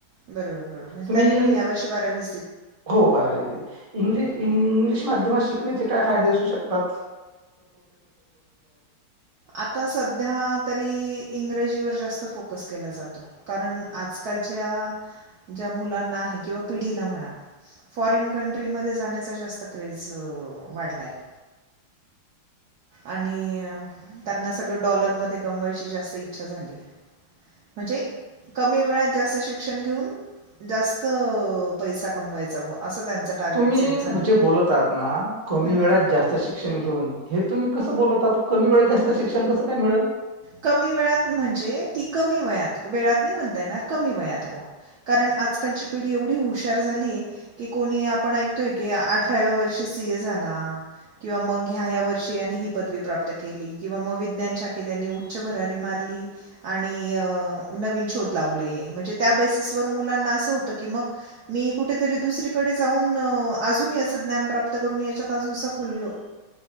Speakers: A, on the right; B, on the right.
A: बरोबर बरोबर म्हणजे
B: तुम्ही
A: त्याने पण ह्या वर्ष बारावी
B: हो बारावी इंग्लिश
A: बरं
B: माध्यमात शिकण्याचे काय फायदे असू शतात
A: आता सध्या तरी इंग्रजीवर जास्त फोकस केला जातो आकालच्या ज्या मुलांना किंवा पिढीला फॉरेन कंट्री मधे जाण्याचा जास्त क्रेज वाढलाय <inaudible> आणि त्यांना सगळं डॉलरमध्ये कमवायची जास्त इच्छा झालीय म्हणजे कमी वेळात जास्त शिक्षण घेऊन जास्त पैसा कमवायचा व असं त्यांचं टार्गेट
B: तुम्ही
A: सेट झालेलं
B: जे
A: आहे
B: बोलत आहात ना कमी
A: हम्म.
B: वेळात जास्त शिक्षण घेऊन हे तुम्ही कसं बोलवतात कमी वेळात जास्त शिक्षण कसं काय मिळेल
A: कमी वेळात म्हणजे की कमी वयात वेळात नाही म्हणता येणार कमी वयात ब कारण आजकालची पिढी एवढी हुशार झालीय की कोणी आपण ऐकतोय की अठराव्या वर्षी सी ए झाला किंवा मग ह्या ह्या वर्षी ह्यान ही पदवी प्राप्त केली किंवा मग विज्ञान शाखेत ह्यांनी उच्च भरारी मारली आणि नवीन शोध लावले म्हणजे त्या बेसिस व मुलांना अस होत की मग मी कुठतरी दुसरीकडे जाऊन ज्ञान प्राप्तून करून त जुस खुल्ल